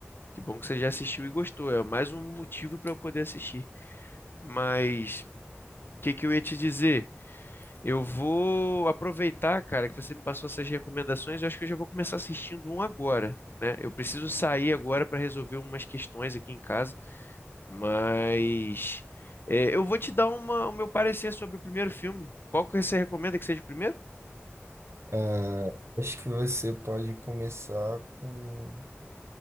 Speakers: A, on the left (about 50°); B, on the right (about 65°).
A: Que bom que você já assistiu e gostou. É mais um motivo para eu poder assistir. Mas o que que eu ia te dizer? Eu vou aproveitar, cara, que você me passou essas recomendações. Eu acho que eu já vou começar assistindo um agora, né? Eu preciso sair agora para resolver umas questões aqui em casa, mas é, eu vou te dar uma, o meu parecer sobre o primeiro filme. Qual que você recomenda que seja o primeiro?
B: Ah, acho que você pode começar com,